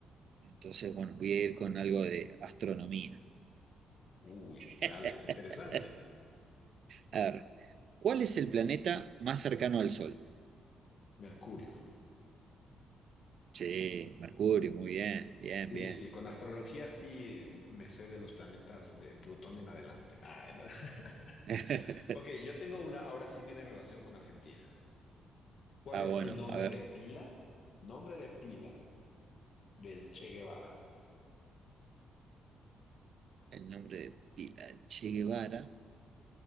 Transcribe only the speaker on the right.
Entonces, bueno, voy a ir con algo de astronomía.
<laughs>
A ver, ¿cuál es el planeta más cercano al Sol?
Sí, Mercurio, muy bien, bien,
bien.
<laughs>
Ah,
bueno,
a ver,
el nombre de pila del Che Guevara,